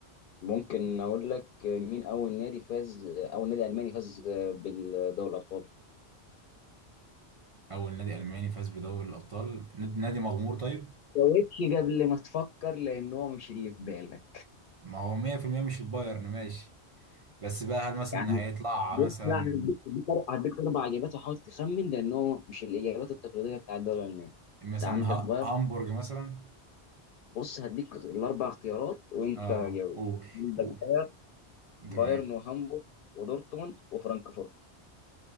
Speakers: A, on the left (about 60°); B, on the right (about 55°).
A: ممكن اقول لك مين اول نادي فاز اول نادي الماني فاز بالدوري الابطال
B: أول نادي ألماني فاز بدوري الأبطال نادي نادي مغمور طيب
A: جاوبش قبل ما تفكر لان هو مش اللي في بالك
B: ما هو 100% مش البايرن ماشي بس بقى هل مثلا
A: يعني
B: هيطلع
A: بص
B: مثلا
A: لا هديك هديك أر- هديك اربع اجابات وحاول تخمن لان هو مش الاجابات التقليديه بتاع الدوري الالماني
B: مثلا
A: انت عندك
B: ه-
A: بايرن
B: هامبورج مثلا
A: بص هديك الاربع اختيارات وانت
B: اه
A: جاوب
B: قول
A: عندك
B: قول
A: بايرن بايرن
B: تمام
A: وهامبورغ ودورتموند وفرانكفورت